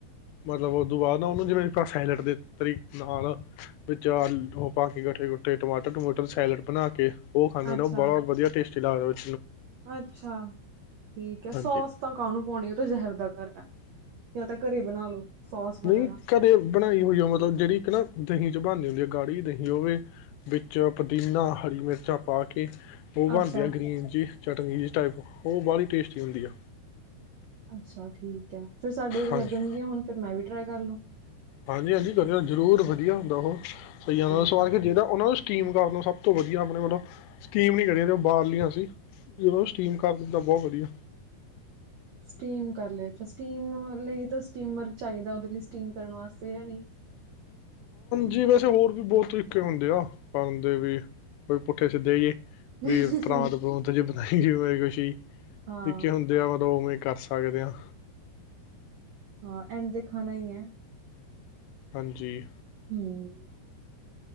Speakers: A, on the left (about 85°); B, on the right (about 85°).
A: ਮਤਲਬ ਉਹਦੋਂ ਬਾਅਦ ਨਾ ਉਹਨੂੰ ਜਿਵੇਂ ਆਪ ਸੈਲਟ ਦੇ ਤਰੀ ਨਾਲ ਵਿੱਚ ਉਹ ਪਾ ਕੇ ਇਕੱਠੇ ਟਮਾਟਰ ਟਮੂਟਰ ਸੈਲਡ ਬਣਾ ਕੇ ਉਹ ਖਾਂਦੇੁੰ
B: ਅੱਛਾ
A: ਉਹ ਬੜਤ ਵਧੀਆ ਟੇਸਟੀ ਲਗਦਾਦੇ
B: ਅੱਛਾ ਠੀਕ ਹੈ
A: ਹਾਂਜੀ
B: ਸੋਸ ਤਾਂ ਕਾਹਨੂੰ ਪਾਉਣੀ ਉਹ ਤਾਂ ਜ਼ਹਿਰ ਦਾ ਕਰ ਹੈ ਜਾਂ ਤਾਂ ਘਰੇ ਬਣਾ ਲੋ ਸੋਸ ਵਗੈਰਾ
A: ਨਹੀਂ ਘਰੇ ਬਣਾਈ ਹੋਈ ਉਹ ਮਤਲਬ ਜਿਹੜੀ ਇੱਕ ਨਾ ਦਹੀਂ ਚ ਬਣਦੀ ਹੁੰਦੀ ਆ ਗਾੜੀ ਦਹੀਂ ਉਹਵੇ ਵਿੱਚ ਪੁਦੀਨਾ ਹਰੀ ਮਿਰਚਾਂ ਪਾ ਕੇ ਉਹ ਬਣਦੀਆਂ
B: ਅੱਛਾ
A: ਗ੍ਰੀਨ ਜੀ ਚਟਨੀ ਜ ਟਾਈਪ ਉਹ ਬਾਹਲੀ ਟੇਸਟੀ ਹੁੰਦੀ ਆ
B: ਅੱਛਾ ਠੀਕ ਹੈ ਫਿਰ ਸਾਡੇ ਉਰੇ ਲੱਗਣਗੀਆਂ
A: ਹਾਂਜੀ,
B: ਹੁਣ ਫਿਰ ਮੈਂ ਵੀ ਟਰਾਈ ਕਰ ਲੂੰ
A: ਹਾਂਜੀ ਹਾਂਜੀ ਕਰਿਓ ਜ਼ਰੂਰ ਵਧੀਆ ਹੁੰਦਾ ਉਹ ਸਹੀ ਆ
B: ਠੀਕ
A: ਸਵਾਰ
B: ਹੈ
A: ਜਿਹਦਾ ਉਹਨਾਂ ਨੂੰ ਸਟੀਮ ਕਰਨ ਨੂੰ ਸਭ ਤੋਂ ਵਧੀਆ ਆਪਣੇ ਮਤਲਬ ਸਟੀਮ ਨੀ ਕਰੀਆਂ ਉਬਾਲ ਲਈਆਂ ਸੀ ਜੇ ਓਹਨੂੰ ਸਟੀਮ ਕਰ ਦਿੰਦਾ ਬਹੁਤ ਵਧੀਆ
B: ਸਟੀਮ ਕਰ ਲਿਆ ਸਟੀਮ ਲਈ ਤਾਂ ਸਟੀਮਰ ਚਾਹੀਦਾ ਉਹਦੇ ਲਈ ਸਟੀਮ ਕਰਨ ਵਾਸਤੇ ਯਾ ਨੀ
A: ਜੀ ਵੈਸੇ ਹੋਰ ਵੀ ਬਹੁਤ ਤਰੀਕੇ ਹੁੰਦੇ ਆ ਕਰਨ ਦੇ ਵੀ ਕੋਈ ਪੁੱਠੇ ਸਿੱਧੇ ਜੇ
B: ਨਹੀਂ
A: ਵੀ ਪ੍ਰਾਂਤ ਪ੍ਰੂਤ ਚ ਬਣਾਈ ਗ ਮਰੇ ਕੁਛ
B: ਹਾਂ
A: ਨਿੱਕੇ ਹੁੰਦੇ ਆ ਮਤਲਬਵੇਂ ਕਰ ਸਕਦੇ ਆ
B: ਹਾਂ ਐਡਂ ਤੇ ਖਾਣਾ ਇਐ
A: ਹਾਂਜੀ
B: <inaudible>